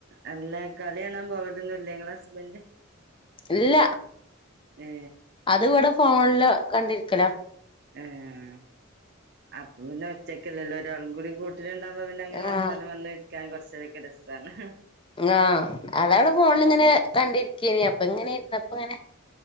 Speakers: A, on the right; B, on the left.
A: അല്ല കളി കാണാൻ പോവലൊന്നും ല്ലേ ഇങ്ങളെ ഹസ്ബൻഡ്?
B: ഇല്ല
A: ഏ
B: അത് ഇവിടെ ഫോണില് കണ്ടിരി ക്കലാ
A: ഏഹ് അപ്പൊ പിന്നെ ഒറ്റക്കല്ലല്ലോ ഒരാളും കൂടി കൂട്ടിനിണ്ടാവുമ്പോ പിന്നെ അങ്ങനെ
B: ആഹ്
A: വർത്താനം പറഞ്ഞിരിക്കാൻ കൊറച്ചേരൊക്കെ രസ താണ്
B: ആഹ് അതവ്ടെ ഫോണിലിങ്ങനെ കണ്ടിരിക്കേനി അപ് അപ്പെ ഇങ്ങനെ ഇര്ന്നപ്പങ്ങനെ